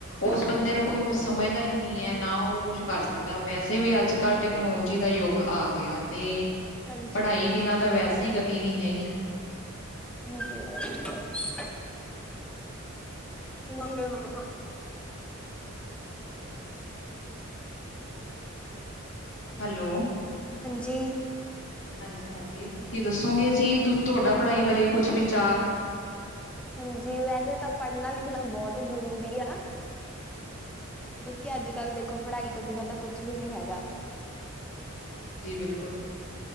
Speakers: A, on the left (about 60°); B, in the centre.
A: ਉਸ ਬੰਦੇ ਨੂੰ ਕੋਈ ਕੁਛ ਸਮਝਦਾ ਹੀ ਨਹੀਂ ਹੈ ਨਾ ਉਹ ਕੁਛ ਕਰ ਸਕਦਾ ਵੈਸੇ ਵੀ ਅੱਜ। ਕੱਲ ਟੈਕਨੋਲੋਜੀ ਦਾ ਯੁੱਗ ਆ ਗਿਆ। ਤੇ
B: ਹਾਂਜੀ
A: ਪੜ੍ਹਾਈ ਬਿਨਾਂ ਤਾਂ ਵੈਸੇ ਗਤੀ ਨਹੀਂ ਹੈਗੀ।
B: ਹੁਣ ਕੀ।
A: ਹਾਂਜੀ ਹਾਂਜੀ।
B: ੰਰ <inaudible>
A: ਹੈਲੋ
B: ਹਾਂਜੀ
A: ਹਾਂਜੀ, ਹਾਂਜੀ ਤੁਸੀਂ ਦੱਸੋਗੇ ਜੀ ਤੁਹਾਡਾ ਪੜ੍ਹਾਈ ਬਾਰੇ ਕੁਛ ਵਿਚਾਰ।
B: ਹਾਂਜੀ, ਵੈਸੇ ਤਾਂ ਪੜ੍ਹਨਾ ਲਿਖਣਾ ਬਹੁਤ ਜ਼ਰੂਰੀ ਆ। ਕਿਉਂਕਿ ਅੱਜ ਕੱਲ ਦੇਖੋ ਪੜ੍ਹਾਈ ਤੋਂ ਬਿਨਾਂ ਤਾਂ ਕੁਛ ਵੀ ਨੀ ਹੈਗਾ।
A: ਜੀ ਬਿਲਕੁਲ।